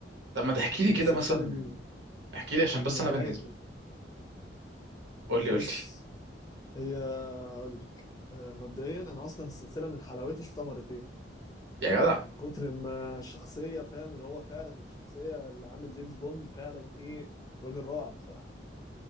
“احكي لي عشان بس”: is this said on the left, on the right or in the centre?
Right